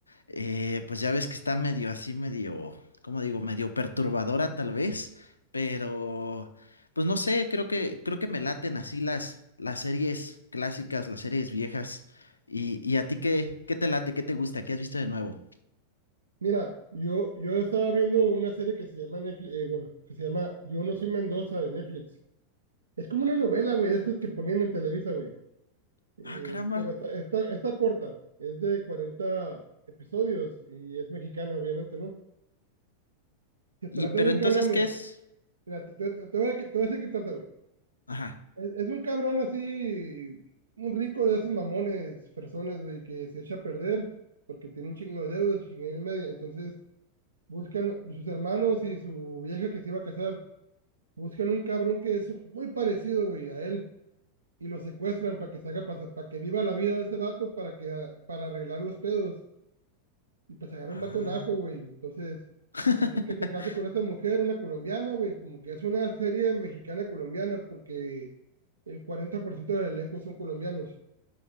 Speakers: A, on the left (about 75°); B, on the right (about 75°).
A: Eh, pues ya ves que está medio así, medio, ¿cómo digo? Medio perturbadora tal vez pero, pues no sé, creo que, creo que me laten así las, las series clásicas, las series viejas. Y, y a ti qué, qué te late, qué te gusta, qué has visto de nuevo.
B: Mira, yo, yo estaba viendo una serie que se llama Netflix, eh, bueno, que se llama Yo no soy Mendoza de Netflix. Es como una novela, güey, de estas que ponían en Televisa, güey. Eh,
A: Ah, caramba.
B: pero está, está, está corta. Es de 40 episodios y es mexicana, obviamente, ¿no? Se
A: Y,
B: trata
A: pero
B: de un
A: entonces,
B: cabrón, mira.
A: ¿qué es?
B: Mira, te, te- te voy a, te voy a decir qué trata, güey.
A: Ajá.
B: Es, es un cabrón así, un rico de esos mamones, personas, güey, que se echa a perder porque tiene un chingo de deudas y chingada y media. Entonces buscan sus hermanos y su vieja que se iba a casar, buscan un cabrón que es muy parecido, güey, a él y lo secuestran para que se haga pasar, para que viva la vida de este vato para que para arreglar los pedos y pues agarra
A: Ah.
B: un vato naco, güey. Entonces
A: <laughs>
B: hacen que se case con esta mujer, una colombiana, güey. Como que es una serie mexicana-colombiana porque el 40% del elenco son colombianos.